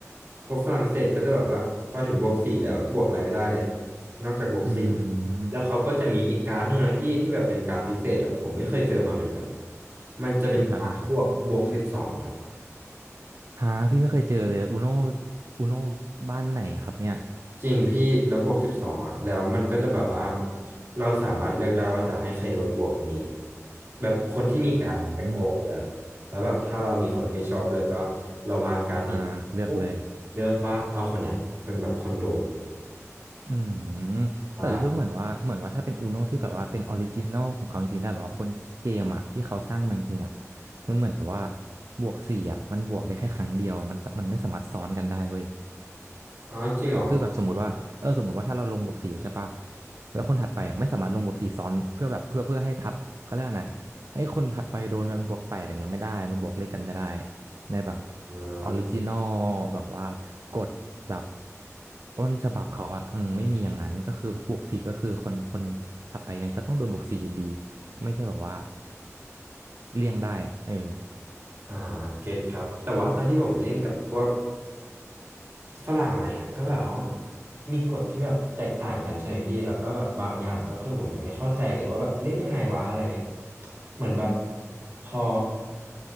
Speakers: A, on the right; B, on the right.
A: พวกฝรั่งเศสก็จะแบบว่าพอถึงบวกสี่แล้วบวกอะไรไม่ได้เลยนอกจากบวกสี่
B: อืม
A: แล้วเขาก็จะมีอีกการ์ดหนึ่งนะพี่ที่แบบเป็นการ์ดพิเศษอ่ะผมไม่เคยเจอมาเหมือนกันมันจะเป็นการ์ดบวกบวกสิบสองครับ
B: คือการอะไรครับหาพี่ไม่เคยเจอเลยอุโนอุโนบ้านไหนครับเนี่ย
A: จริงพี่แล้วบวกสิบสองอ่ะแล้วมันก็จะแบบว่าเราสามารถเลือกได้ว่าจะให้ใครโดนบวกอันนี้แบบคนที่มีการดจะโกงไปแล้วแล้วแบบถ้าเรามีคนที่ไม่ชอบด้วยก็
B: อืม
A: เราวางการดนี้
B: อ่าเลือกเลย
A: ปุ๊บเลือกว่าเอาคนเนี้ยเป็นแบบคนโดน
B: อืมแต่รู้สึกเหมือนว่าเหมือนว่าถ้าเป็น
A: อ่า
B: Uno ที่แบบว่าเป็นออริจินอลของเขาจริงๆได้แบบว่าคนคิดเกมอ่ะที่เขาสร้างมาจริงๆอ่ะคือเหมือนแบบว่าบวกสี่อ่ะมันบวกได้แค่ครั้งเดียวมันสมันไม่สามารถซ้อนกันได้เว้ย
A: อ๋อจริงเหรอ
B: คือแบบสมมติว่าเออสมมติว่าถ้าเราลงบวกสี่ไปใช่ปะแล้วคนถัดไปอ่ะไม่สามารถลงบวกสี่ซ้อนเพื่อแบบเพื่อเพื่อให้ทับเขาเรียกว่านะให้คนถัดไปโดนมันบวกแปดอย่างเงี้ยไม่ได้มันบวกเลขกันไม่ได้ในแบบ
A: อืม
B: ออริจินอลแบบว่ากฎแบบต้นฉบับเขาอ่ะอืมไม่มีอย่างนั้นก็คือบวกสี่ก็คือคนคนถัดไปกันก็ต้องโดนบวกสี่อยู่ดีไม่ใช่แบบว่าเลี่ยงได้อ่ะเออ
A: อ่าเก็ตครับแต่ว่าตอนที่ผมเล่นกับพวก ฝรั่งอะไรเงี้ยก็แบบว่ามีกฎที่แบบแตกต่างกันใช่ไหมพี่แล้วก็แบบบางอย่างก็คือผมยังไม่เข้าใจเลยว่าแบบเล่นยังไงวะอะไรเงี้ยเหมือนแบบพอ